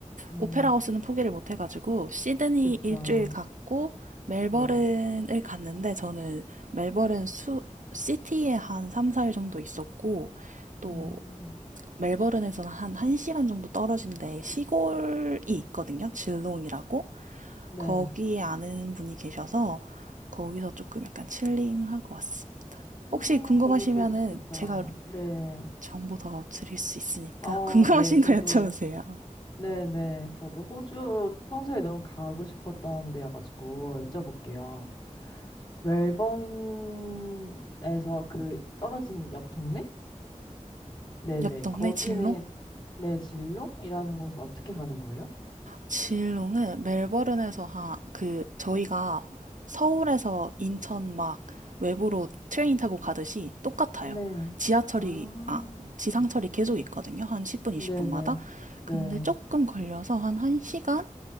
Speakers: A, on the left (about 35°); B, on the right (about 75°).
A: 음,
B: 오페라 하우스는 포기를 못 해가지고 시드니
A: 그쵸.
B: 일주일 갔고 멜버른을
A: 네.
B: 갔는데 저는 멜버른 수 시티에 한 3, 4일 정도 있었고 또
A: 음.
B: 멜버른에서는 한 1시간 정도 떨어진 데 시골이 있거든요. 질롱이라고.
A: 네.
B: 거기에 아는 분이 계셔서 거기서 조금 약간 칠링하고 왔어요.
A: 어,
B: 혹시 궁금하시면은
A: 너무 좋으셨겠다.
B: 제가
A: 네.
B: 정보 더 드릴 수 있으니까
A: 아,
B: 궁금하신
A: 네. 저도,
B: 거 여쭤보세요.
A: 네네. 저도 호주 평소에 너무 가고 싶었던 데여가지고 여쭤볼게요. 멜번에서 그 떨어진 옆 동네? 네네.
B: 옆 동네
A: 거기는,
B: 질롱?
A: 네, 질롱이라는 곳은 어떻게 가는 거예요?
B: 진롱은 멜버른에서 하, 그, 저희가 서울에서 인천 막 외부로 트레인 타고 가듯이 똑같아요.
A: 네.
B: 지하철이,
A: 아,
B: 아, 지상철이 계속 있거든요. 한 10분, 20분마다.
A: 네네. 네.
B: 근데
A: 네.
B: 조금 걸려서 한 1시간